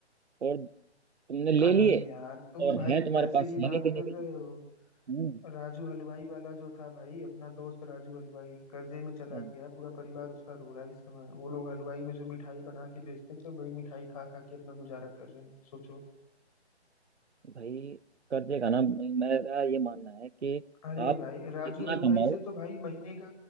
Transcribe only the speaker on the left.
अरे
यार तुम
भाई
पैसे
की
बात
कर
रहे
हो
राजू हलवाई वाला जो था भाई अपना दोस्त राजू हलवाई कर्जे में चला
गया पूरा परिवार उसका रो रहा है इस समय वो लोग हलवाई में जो मिठाई बना के बेचते थे वही मिठाई खा खा के अपना गुजारा कर रहे हैं सोचो
अरे
भाई राजू
हलवाई
से तो भाई महीने का